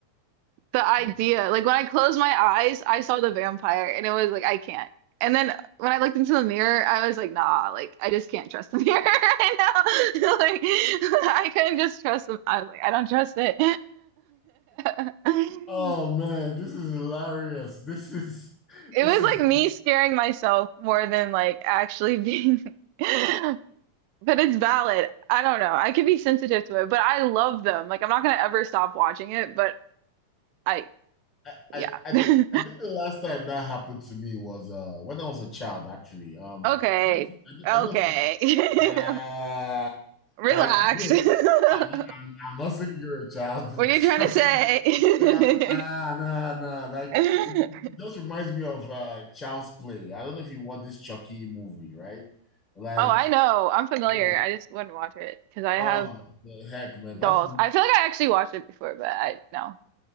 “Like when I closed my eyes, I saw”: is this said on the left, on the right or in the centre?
Right